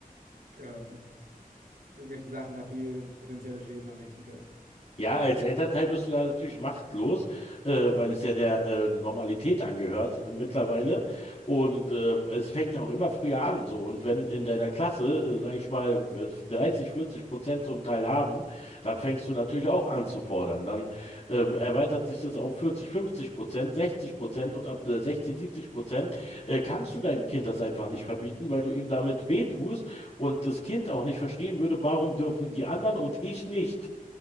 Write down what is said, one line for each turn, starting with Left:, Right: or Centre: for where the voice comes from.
Right: äh, irgendwelchen Sachen hat, die potenzielle Schäden anrichten können.
Left: Ja, als Elternteil bist du da natürlich machtlos, äh, weil es ja der äh, Normalität angehört mittlerweile.
Right: Eben.
Left: Und ähm, es fängt ja auch immer früher an. So. Und wenn in deiner Klasse, äh, sag ich mal, äh, 30, 40 Prozent so einen Teil haben, dann fängst du natürlich auch an zu fordern. Dann ähm,
Right: Ja.
Left: erweitert sich das auf 40, 50 Prozent, 60 Prozent und ab äh, 60, 70 Prozent äh, kannst du deinem Kind das einfach nicht verbieten, weil du ihm damit wehtust und das Kind auch nicht verstehen würde, warum dürfen die anderen und ich nicht.